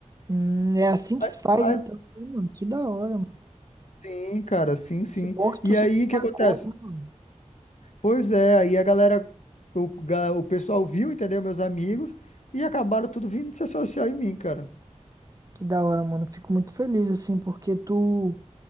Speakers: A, on the right; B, on the left.
A: Hum, é assim que
B: Aí-
A: faz,
B: aí-
A: então, né, mano? Que da hora, mano.
B: Sim, cara, sim, sim.
A: Que bom que tu
B: E
A: se
B: aí,
A: destacou,
B: o que acontece?
A: né, mano?
B: Pois é, aí a galera, o, ga- o pessoal viu, entendeu? Meus amigos, e acabaram tudo vindo se associar em mim, cara.
A: Que da hora, mano. Fico muito feliz, assim, porque tu,